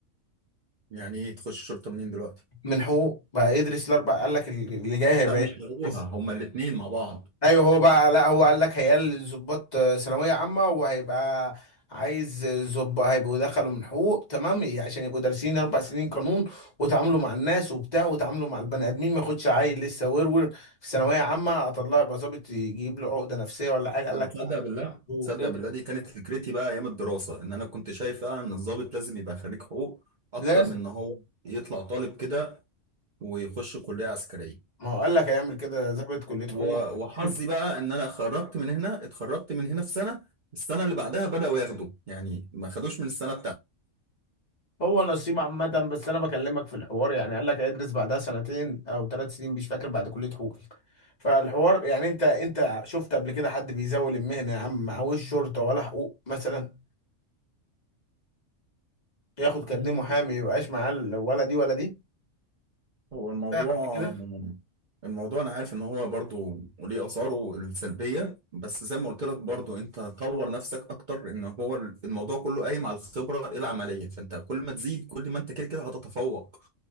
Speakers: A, on the right; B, on the left.
A: يعني ايه تخش شرطة منين دلوقتي؟
B: من حقوق بقى يدرس الاربع قال لك اللي جاي هيبقى
A: لا مش لغوها
B: يدرس
A: هما الاتنين مع بعض
B: ايوه هو بقى لا هو قال لك هيقل الضباط ثانويه عامه وهيبقى عايز ظباط هيبقوا دخلوا من حقوق تمام إيه، عشان يبقوا دارسين اربع سنين قانون وتعاملوا مع الناس وبتاع وتعاملوا مع البني ادمين ما ياخدش عيل لسه ورور في ثانويه عامه اطلع يبقى ظابط يجيب له عقده نفسيه ولا حاجه قال
A: طب
B: لك
A: تصدق
B: لا،
A: بالله؟
B: حقوق.
A: تصدق
B: إيه؟
A: بالله دي كانت فكرتي بقى ايام الدراسة ان انا كنت شايف فعلا ان الضابط لازم يبقى خريج حقوق اكتر
B: لا
A: من ان هو يطلع طالب كده ويخش كلية عسكرية
B: ما هو قال لك هيعمل كده ضابط كلية حقوق
A: و- وحظي
B: شرطة.
A: بقى ان انا خرجت من هنا اتخرجت من هنا في سنة السنة اللي بعدها بدأوا ياخدوا يعني ما خدوش من السنة
B: هو نصيب عامة بس أنا بكلمك في الحوار يعني قال لك هيدرس بعدها سنتين أو ثلاث سنين مش فاكر بعد كلية حقوق فالحوار يعني أنت أنت شفت قبل كده حد بيزاول المهنة يا عم معهوش شرطة ولا حقوق مثلا ياخد
A: بتاعتي
B: كارنيه محامي ميبقاش معاه ال- ولا دي ولا دي
A: هو الموضوع
B: لا قبل كده
A: الموضوع انا عارف ان هو برضو وليه اثاره السلبيه بس زي ما قلت لك برضو انت طور نفسك اكتر ان هو الموضوع كله قايم على الخبره العمليه فانت كل ما تزيد كل ما انت كده كده هتتفوق